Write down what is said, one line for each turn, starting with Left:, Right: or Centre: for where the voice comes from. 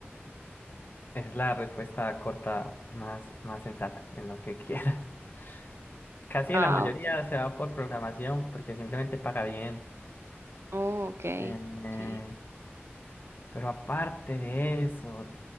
Left: Es la respuesta corta más, más sensata, en lo que quieras. <laughs> Casi
Right: Ah,
Left: la mayoría
Right: ok.
Left: se va por programación porque simplemente paga bien.
Right: Oh, ok,
Left: Eh,
Right: ok.
Left: pero aparte de eso,